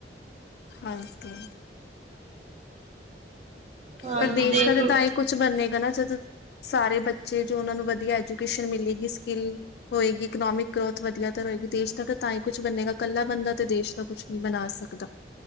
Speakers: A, on the left; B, on the right.
A: ਹਾਂਜੀ।
B: ਹਾਂਜੀ
A: ਪਰ ਦੇਸ਼
B: ਦੇਖ
A: ਦਾ ਤਾਂ,
B: ਲੋ
A: ਤਾਂਏ ਕੁੱਛ ਬਨੇਗਾ ਨਾ ਜਦੋਂ ਸਾਰੇ ਬੱਚੇ, ਜੋ ਉਨਾਂ ਨੂੰ ਵਧੀਆ ਐਜੂਕੇਸ਼ਨ ਮਿਲੇਗੀ ਸਕਿੱਲ - ਹੋਏਗੀ, ਇਕਨੋਮਿਕ ਗਰੋਥ ਵਧੀਆ ਤਾਂ ਰਏਗੀ। ਦੇਸ਼ ਦਾ ਤਾ, ਤਾਂ ਈ ਕੁਛ ਬਨੇਗਾ ਕੱਲਾ ਬੰਦਾ ਤੇ ਦੇਸ਼ ਦਾ ਕੁਛ ਨੀ ਬਨਾ ਸਕਦਾ।